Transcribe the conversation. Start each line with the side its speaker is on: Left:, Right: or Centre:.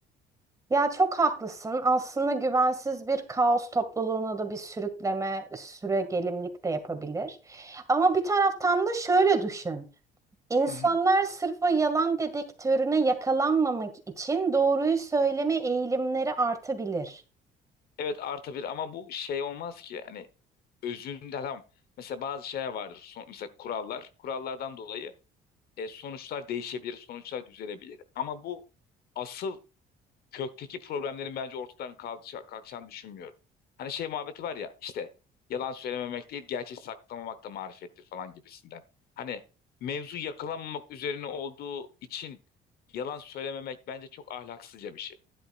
Right: Ya çok haklısın. Aslında güvensiz bir kaos topluluğuna da bir sürükleme, süregelimlik de yapabilir. Ama bir taraftan da şöyle düşün. İnsanlar
Left: Hı hı.
Right: sırf o yalan dedektörüne yakalanmamak için doğruyu söyleme eğilimleri artabilir.
Left: Evet artabilir ama bu şey olmaz ki. Hani özünde tamam. Mesela bazı şeyler vardır. Son, mesela kurallar. Kurallardan dolayı e, sonuçlar değişebilir, sonuçlar düzelebilir. Ama bu asıl kökteki problemlerin bence ortadan kalkışa- kalkacağını düşünmüyorum. Hani şey muhabbeti var ya işte yalan söylememek değil gerçeği saklamamak da marifettir falan gibisinden. Hani mevzu yakalanmamak üzerine olduğu için yalan söylememek bence çok ahlaksızca bir şey.